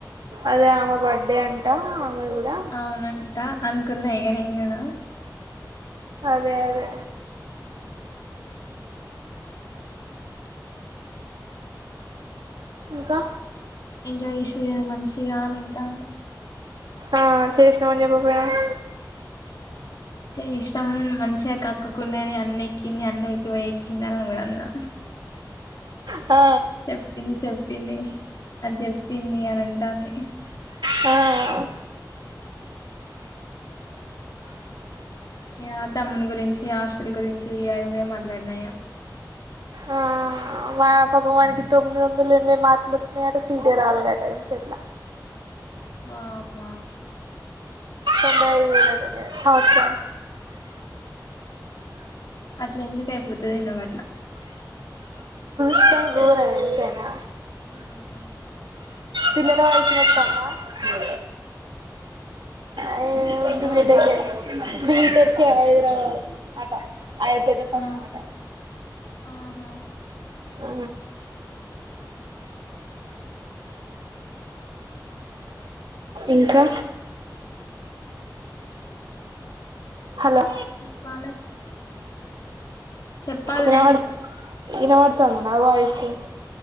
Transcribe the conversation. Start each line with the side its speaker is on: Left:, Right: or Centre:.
Right: అదే ఆమె బర్త్డే అంటా ఆమె గూడా
Left: అవునంట అనుకున్నా ఇగా నేను గూడా
Right: అదే అదే
Left: ఉమ్
Right: ఇంకా
Left: ఎంజాయ్ జేసిర్రు గదా మంచిగా అని అంటాంది
Right: ఆ చేసినామని చెప్పకపోయినవ్
Left: చేసినమ్ మంచిగా కక్కుకునేది అన్ని ఎక్కింది అన్ని ఉరికిపోయి ఎక్కింది అని గూడా అన్నా
Right: ఆ
Left: చెప్పింది. చెప్పింది. అది, చెప్పింది, అనిఅంటాంది.
Right: ఆ,
Left: యా, తమ్మునిగురించి, హాస్టల్, గురించి అవేమాట్లాడినా, ఇగ
Right: ఆ మా పాపం వానికి తొమ్మిది వందలు ఎనభై మార్కులు వచ్చినాయి, అట సీటే రాలేదు. అట ఎంసెట్ లా
Left: వామ్మ,
Right: తొంబై ఐదు వెయ్యిలేటనే, సంవత్సరానికి,
Left: అట్ల, ఎందుకు, అయిపోతదో, ఏందో అట్ల
Right: స్తాం <unintelligible> గోరం, ఎంతేనా,
Left: హ్మ్మ్
Right: పిల్లల, వాయిస్, వినోత్తందా, అ <inaudible>
Left: ఇనబడతాంది
Right: బీటెక్, చేసిన బీటెక్, హైదరాబాద్, ఆట, అయ్యో, పెద్దపట్నం,
Left: ఆ
Right: అట,
Left: ఆహా
Right: ఆ ఇంకా, హలో,
Left: చెప్పాలి, చెప్పాలనే
Right: ఇనవాడు, ఇనవాడుతంద, నా, వయిసు